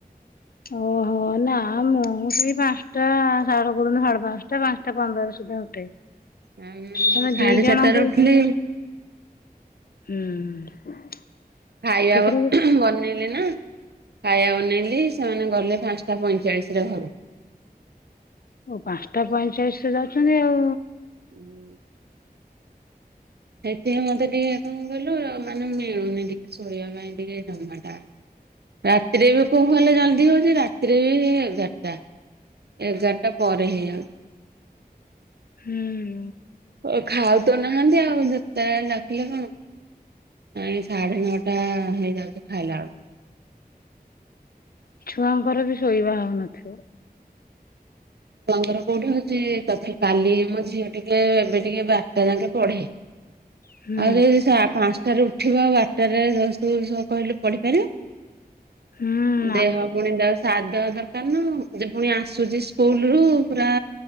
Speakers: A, on the left; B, on the right.
A: ଓହୋ। ହ ନା ମୁଁ ସେଇ ପାଞ୍ଚଟା ସାଡ କରନ୍ତୁ ସାଢେ ପାଞ୍ଚଟା ପାଞ୍ଚଟା ପନ୍ଦର ସୁଦ୍ଧା ଉଠେ।
B: ଉଁ,
A: ତମେ
B: ମୁ ସାଢେ
A: ଦି ଜଣଙ୍କୁ
B: ଚାରିଟାରେ ଉଠିଲି।
A: ହୁଁ।
B: ଖାଇବା,
A: କେତେଟା
B: ବନେଇ ହେଲେ ନା ଖାଇବା ବନେଇଲି ସେମାନେ ଗଲେ ପାଞ୍ଚଟା ପଇଁଚାଳିଶ ରେ ଘରୁ।
A: ଓ ପାଞ୍ଚଟା ପଇଁଚାଳିଶ ରେ ଯାଉଛନ୍ତି ଆଉ।
B: ହୁଁ। ସେଥିପାଇଁ ମତେ ଟିକେ କଣ କହିଲୁ, ମାନେ ମିଳୁନି ଟିକେ ଶୋଇବା ପାଇଁ ଟିକେ ଜମାଟା। ରାତିରେ ବି କୋଉ ହେଲେ ଜଲଦି ହଉଛି, ରାତିରେ ବି ଏଗାରଟା। ଏଗାରଟା ପରେ ହେ ଆଉ
A: ହୁଁ।
B: ଓ ଖାଉ ତ ନାହାନ୍ତିି, ଆଉ ଯେତେଳେ ଡାକିଲେ କଣ। ନାଇଁ ସାଢେ ନଅଟା ହେଇଯାଉଛି ଖାଇଲା ବେଳୁ।
A: ଛୁଆଙ୍କର ବି ଶୋଇବା ହଉନଥିବ।
B: ଛୁଆଙ୍କର କୋଉଠି ହଉଛି, ତଥାପି କାଲି ମୋ ଝିଅ ଟିକେ ଏବେ ଟିକେ ବାରଟା ଯାଙ୍କେ ପଢେ।
A: ହୁଁ।
B: ଆଉ ଯଦି ପାଞ୍ଚଟାରେ ଉଠିବ ଆଉ ଆଠଟାରେ <inaudible> କହିଲୁ ପଢିପାରିବେ?
A: ହୁଁ। ନା
B: ଦେହ ପୁଣି ତା ସାଦ୍ ଦବା ଦରକାର ନା ଯେ ପୁଣି ଆସୁଛି ସ୍କୁଲୁ ରୁ ପୁରା।